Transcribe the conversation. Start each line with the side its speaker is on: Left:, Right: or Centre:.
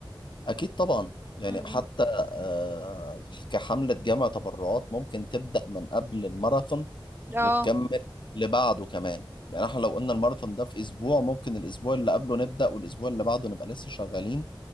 Left: أكيد طبعا يعني
Right: م-
Left: حتى
Right: م.
Left: آه، كحملة جامعة تبرعات ممكن تبدأ من قبل الماراثون
Right: اه
Left: وتكمل لبعده كمان يعني احنا لو قلنا الماراثون ده في اسبوع ممكن الاسبوع اللي قبله نبدأ والاسبوع اللي بعده نبقى لسه شغالين